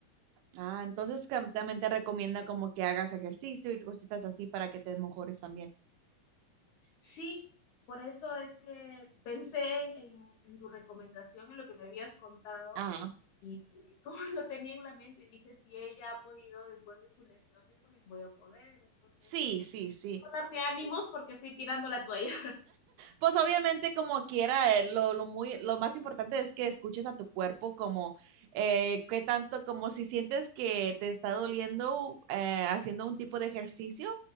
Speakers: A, on the right; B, on the left.
A: Ah, entonces cam- también te recomienda como que hagas ejercicio y cositas así para que te mejores también.
B: Sí, por eso es que pensé en, en, en tu recomendación, en lo que me habías contado
A: Ah,
B: y <laughs> como lo tenía en la mente, dije, si ella ha podido después de su lesión, yo también voy a poder. Entonces,
A: Sí, sí, sí.
B: quiero darme ánimos porque estoy tirando la toalla.
A: pues obviamente como quiera, eh, lo, lo, muy, lo más importante es que escuches a tu cuerpo como eh, qué tanto, como si sientes que te está doliendo eh, haciendo un tipo de ejercicio,